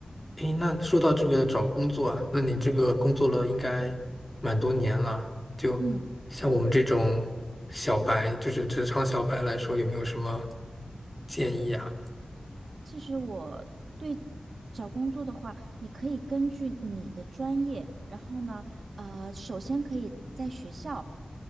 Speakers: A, on the left (about 15°); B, on the right (about 85°).
A: 诶，那说到这个找工作啊，那你这个工作了应该蛮多年了，就像我们这种小白，
B: 嗯，
A: 就是职场小白来说，有没有什么建议啊？
B: 其实我对找工作的话，你可以根据你的专业，然后呢，呃，首先可以在学校。